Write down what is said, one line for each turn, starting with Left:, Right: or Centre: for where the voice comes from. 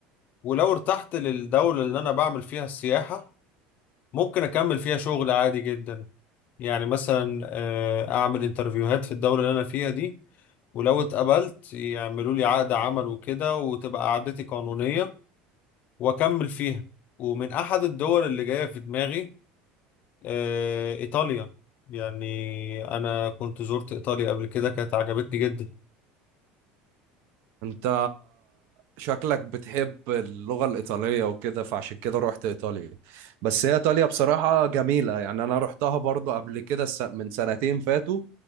Left: ولو ارتحت للدولة اللي انا بعمل فيها السياحة ممكن اكمل فيها شغل عادي جدا يعني مثلا آه، اعمل انترفيوهات في الدولة اللي انا فيها دي ولو اتقبلت يعملوا لي عقد عمل وكده وتبقى قعدتي قانونية وأكمل فيها ومن أحد الدول اللي جاية في دماغي آه، إيطاليا يعني أنا كنت زرت إيطاليا قبل كده كانت عجبتني جدا
Right: انت شكلك بتحب اللغة الإيطالية وكده فعشان كده رحت إيطاليا بس هي إيطاليا بصراحة جميلة يعني أنا رحتها برضو قبل كده الس- من سنتين فاتوا